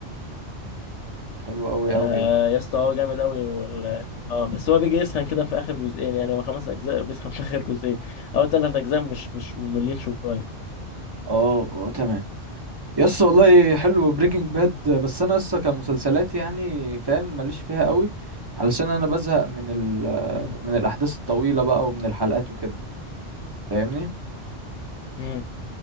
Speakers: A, on the right; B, on the left.
A: حلو قوي
B: آه
A: قوي يعني
B: يا اسطى هو جامد قوي وال... اه بس هو بيجي يسخن كده في اخر جزئين يعني هو خمس اجزاء بيسخن في اخر جزئين اول ثلاث اجزاء مش مش مملين شويه
A: اه اه تمام يا اسطى والله حلو بريكنج باد بس انا لسه كمسلسلات يعني فاهم ماليش فيها قوي علشان انا بزهق من ال
B: امم
A: من الاحداث الطويله بقى ومن الحلقات وكده فاهمني
B: امم